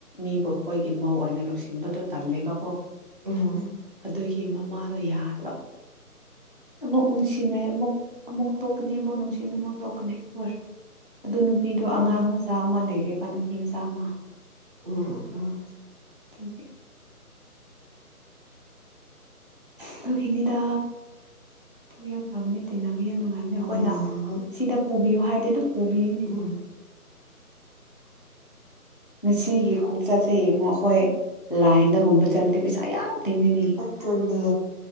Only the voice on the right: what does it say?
ꯎꯝ
ꯎꯝ
ꯎꯝ ꯎꯝ
ꯎꯝ
ꯎꯝ
ꯑꯗꯨꯅꯦ